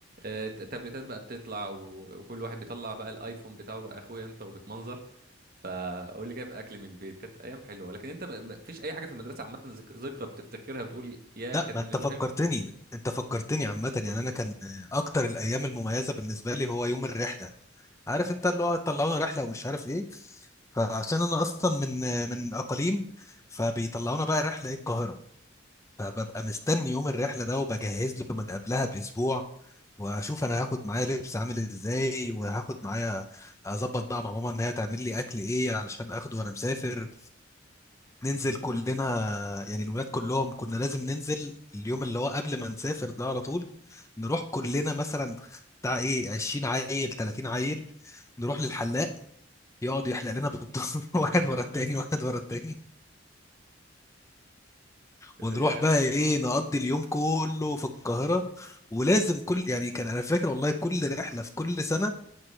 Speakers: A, on the right (about 50°); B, on the left (about 15°).
A: آه، تابلتات بقى بتطلع و- وكل واحد بيطلع بقى الايفون بتاعه بقى اخويا انت وبتمنظر فقول لي جايب اكل من البيت كانت ايام حلوه لكن انت ما ما فيش اي حاجه في المدرسه عامه ذك- ذكرى بتفتكرها بتقول يا
B: لا
A: كان
B: ما انت
A: اليوم
B: فكرتني
A: ده حلو
B: انت فكرتني عامة
A: قول
B: يعني
A: لي
B: انا
A: قول
B: كان
A: لي
B: اكتر الايام المميزة بالنسبة لي هو يوم الرحلة عارف انت اللي هو طلعونا رحلة ومش عارف ايه فعشان انا اصلا من من اقاليم فبيطلعونا بقى رحلة ايه القاهرة فببقى مستني يوم الرحلة ده وبجهز له من قبلها باسبوع واشوف انا هاخد معايا لبس عامل ازاي وهاخد معايا اظبط بقى مع ماما ان هي تعمل لي اكل ايه علشان اخده وانا مسافر ننزل كلنا يعني الولاد كلهم كنا لازم ننزل اليوم اللي هو قبل ما نسافر ده على طول نروح كلنا مثلا بتاع ايه 20 عيل 30 عيل نروح للحلاق يقعد يحلق لنا بالضرب
A: <laughs>
B: <laughs> واحد ورا التاني واحد ورا التاني
A: يا
B: ونروح بقى ايه نقضي اليوم كله في القاهرة ولازم كل يعني كان انا فاكر والله كل رحلة في كل سنة